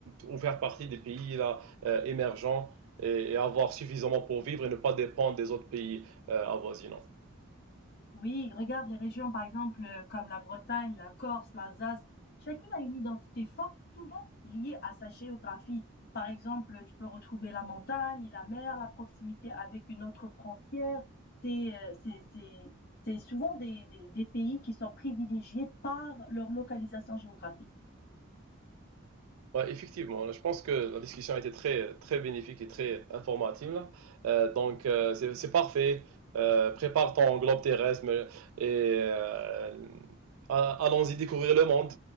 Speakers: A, on the right; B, on the left.
A: ou faire partie des pays là, euh, émergents et, et avoir suffisamment pour vivre et ne pas dépendre des autres pays euh, avoisinants.
B: Oui, regarde les régions, par exemple, euh, comme la Bretagne, la Corse, l'Alsace. Chacune a une identité forte, souvent liée à sa géographie. Par exemple, tu peux retrouver la montagne, la mer, la proximité avec une autre frontière. C'est, euh, c'est, c'est, c'est souvent des, des, des pays qui sont privilégiés par leur localisation géographique.
A: Ouais, effectivement, je pense que la discussion a été très, très bénéfique et très informative là. Euh, donc, euh, c'est, c'est parfait. Euh, prépare ton globe terrestre mais- et euh, a- allons-y découvrir le monde.